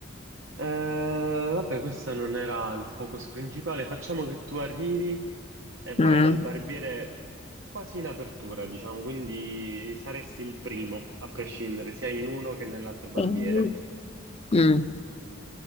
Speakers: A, on the right; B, on the left.
A: Eh, vabbè, questo non era il focus principale. Facciamo che tu arrivi e vai
B: Mm.
A: dal barbiere quasi in apertura, diciamo, quindi saresti il primo a prescindere sia in uno che nell'altro barbiere.
B: Mm. Mm,